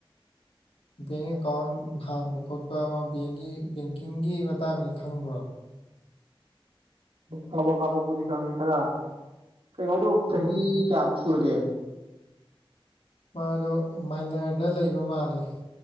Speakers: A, on the right; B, on the left.
A: <inaudible>
B: ꯕꯦꯡ ꯑꯦꯀꯥꯎꯟ ꯍꯥꯡꯕ ꯈꯣꯠꯄ ꯑꯃ ꯕꯦꯡꯒꯤ ꯕꯦꯡꯀꯤꯡꯒꯤ ꯃꯇꯥꯡꯁꯦ ꯈꯪꯕ꯭ꯔꯣ
A: ꯀꯥꯕꯛ ꯀꯥꯕꯛꯄꯨꯗꯤ ꯈꯪꯉꯦ ꯈꯔ ꯀꯩꯅꯣ ꯑꯗꯨ ꯆꯍꯤ
B: ꯎꯝ
A: ꯀꯌꯥꯃꯨꯛ ꯁꯨꯔꯒꯦ
B: ꯃꯥꯗꯣ ꯃꯥꯏꯅꯔꯗ ꯂꯩꯕ ꯃꯥꯜꯂꯦ